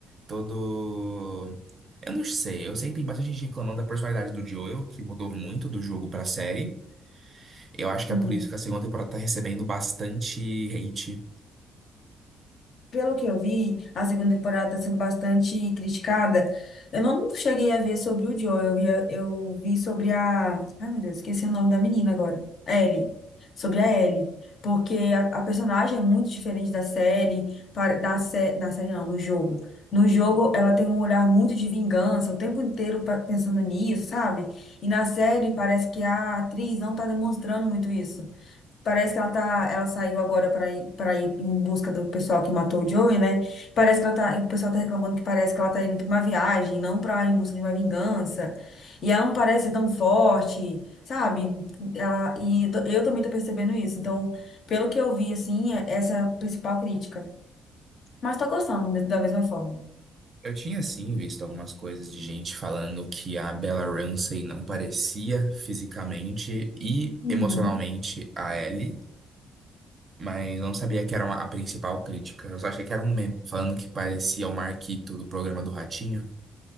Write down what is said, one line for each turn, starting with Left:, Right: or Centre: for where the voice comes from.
Right: todo. Eu não sei, eu sei que tem bastante gente reclamando da personalidade do Joel, que mudou muito do jogo pra série. Eu acho que
Left: aham.
Right: é por isso que a segunda temporada tá recebendo bastante hate
Left: Pelo que eu vi, a segunda temporada está sendo bastante criticada. Eu não cheguei a ver sobre o Joe, eu vi, eu vi sobre a. Ai, meu Deus, esqueci o nome da menina agora. Ellie. Sobre a Ellie. Porque a, a personagem é muito diferente da série, para- da sé, na série não, no jogo. No jogo, ela tem um olhar muito de vingança, o tempo inteiro pa- pensando nisso, sabe? E na série, parece que a atriz não está demonstrando muito isso. Parece que ela tá, ela saiu agora para ir, para ir em busca do pessoal que matou o Joey, né? Parece que ela tá, o pessoal tá reclamando que parece que ela tá indo pra uma viagem, não pra ir em busca de uma vingança. E ela não parece ser tão forte, sabe? Ela, e eu, tô- eu também tô percebendo isso. Então, pelo que eu vi, assim, é- essa é a principal crítica. Mas tô gostando de- da mesma forma.
Right: Eu tinha sim visto algumas coisas de gente falando que a Bella Ramsey não parecia fisicamente e
Left: Uhum.
Right: emocionalmente a Ellie, mas não sabia que era uma- a principal crítica. Eu só achei que era um meme falando que parecia o Marquito do programa do Ratinho.